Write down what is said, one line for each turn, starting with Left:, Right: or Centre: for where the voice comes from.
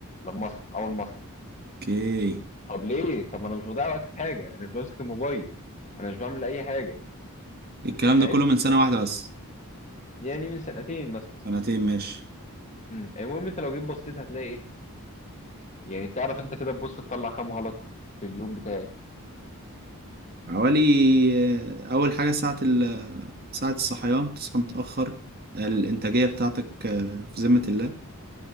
Left: لما اصحى اول ما اصحى
Right: اوكي
Left: طب ليه طب ما انا مش بضيع وقت في حاجه انا مش بمسك الموبايل انا مش بعمل اي حاجه
Right: الكلام
Left: فاهم
Right: ده كله من سنة واحدة بس
Left: يعني من سنتين مثلا
Right: سنتين ماشي
Left: أمم، المهم انت لو جيت بصيت هتلاقي ايه يعني تعرف انت كده تبص تطلع كام غلط في اليوم بتاعي
Right: حوالي آه، أول حاجة ساعة ال ساعة الصحيان تصحى متأخر الإنتاجية بتاعتك آه، في ذمة الله